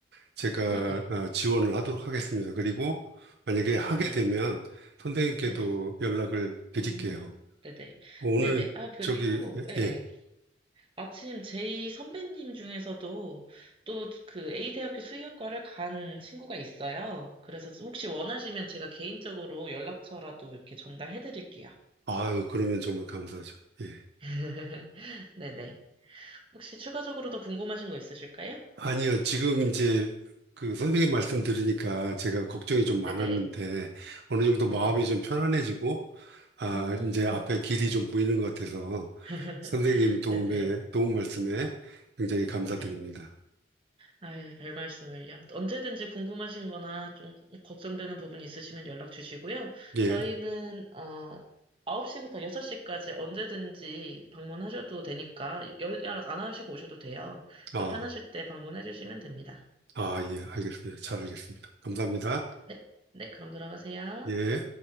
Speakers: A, on the right (about 65°); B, on the right (about 30°).
A: 제가
B: 네네.
A: 아, 지원을 하도록 하겠습니다. 그리고 만약에 하게
B: 네네.
A: 되면 선생님께도
B: 네네.
A: 연락을 드릴게요.
B: 음, 네네.
A: 오늘
B: 네네. 아, 그리고,
A: 저기
B: 예, 예.
A: 예. 예.
B: 마침 제이 선배님 중에서도 또 그 A대학교 수의학과를 간 친구가 있어요. 그래서 혹시 원하시면 제가 개인적으로 연락처라도 이렇게 전달해 드릴게요.
A: 아유, 그러면 정말 감사하죠. 예.
B: <laughs> 네네. 혹시 추가적으로 더 궁금하신 거 있으실까요?
A: 아니요, 지금 이제 그 선생님 말씀
B: 네.
A: 들으니까 제가 걱정이 좀 많았는데
B: 네네.
A: 어느 정도
B: 네네.
A: 마음이 좀 편안해지고 아,
B: 음.
A: 이제 앞에 길이 좀 보이는 것 같아서
B: <laughs>
A: 선생님 도움에,
B: 네네.
A: 도움 말씀에 굉장히 감사드립니다.
B: 네네. 아이, 별 말씀을요. 언제든지 궁금하신 거나 좀 고- 걱정되는 부분이 있으시면 연락 주시고요.
A: 예,
B: 저희는, 어, 9시부터 6시까지 언제든지 방문하셔도 되니까 연락 안 하시고 오셔도 돼요.
A: 아,
B: 그러니까 편하실 때 방문해 주시면 됩니다.
A: 아, 예, 알겠습니다. 잘 알겠습니다. 감사합니다.
B: 네, 네, 그럼 들어가세요.
A: 예.